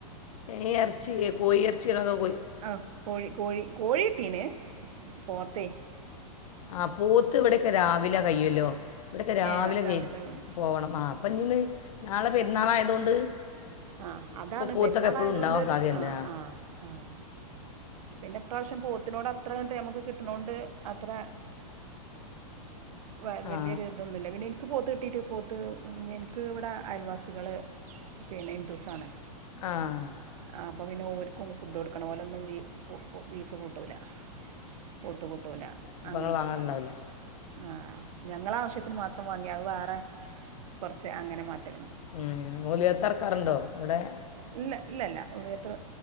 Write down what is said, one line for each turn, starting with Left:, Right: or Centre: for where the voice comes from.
Left: ഈ ഇറച്ചി കോഴി ഇറച്ചിണതോ കോയി
Right: ആഹ് കോഴി കോഴി കോഴിട്ടീന് പോത്തേ
Left: ആഹ് പോത്ത് ഇവിടൊക്കെ രാവിലെ കയ്യൂല്ലോ ഇവിടെയൊക്കെ രാവിലെ
Right: ഏഹ് അത് കഴിയും
Left: പോകണം ആഹ് അപ്പം ഇനീന്ന് നാളെ പെരുന്നാളായതുകൊണ്ട്
Right: ആഹ് അതാണ്
Left: ഇപ്പൊ പോത്തൊക്കെ
Right: പെരുന്നാളായതുകൊണ്ട്
Left: എപ്പഴും ഉണ്ടാകാൻ
Right: ഒരു
Left: സാധ്യത ഉണ്ട്
Right: ആഹ് ആഹ് ആഹ് പിന്നെ ഇപ്രാവശ്യം പോത്തിനോട് അത്ര കണ്ട് നമുക്ക് കിട്ടണോണ്ട് അത്ര വ വലിയൊരു
Left: ആ
Right: ഇത് ഇതൊന്നുമില്ല പിന്നെ എനിക്ക് പോത്ത് കിട്ടിയിട്ട് പോത്ത് എനിക്ക് ഇവിടെ അയൽവാസികള് പിന്നെ ഹിന്ദൂസാണ്
Left: ആഹ്
Right: ആഹ് അപ്പൊ പിന്നെ ഓർക്കും ഫുഡ്ഡ് കൊടുക്കണം ഓലെൊന്നും ബീഫ് കൂട്ടൂല പോത്തുകൂട്ടൂല
Left: അപ്പം
Right: അങ്ങനത്തെ
Left: നിങ്ങൾ വാങ്ങാറുണ്ടാവില്ല
Right: ഓലാണ് ആഹ് ഞങ്ങളാവശ്യത്തിന് മാത്രം വാങ്ങി അത് വേറെ കുറച്ച് അങ്ങനെ മാറ്റ
Left: ആഹ് ഓലിയത്തറക്കാറുണ്ടോ അവിടെ
Right: ഇല്ല ഇല്ല ഇല്ല ഒന്നിയത്ര